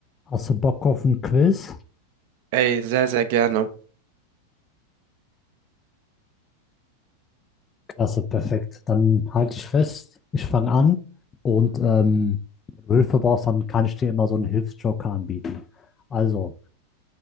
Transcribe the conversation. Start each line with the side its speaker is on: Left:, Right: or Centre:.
Left: Hast du Bock auf ein Quiz?
Right: Ey, sehr, sehr gerne.
Left: Klasse, perfekt. Dann halte ich fest, ich fange an und ähm, wenn du Hilfe brauchst, dann kann ich dir immer so einen Hilfsjoker anbieten. Also,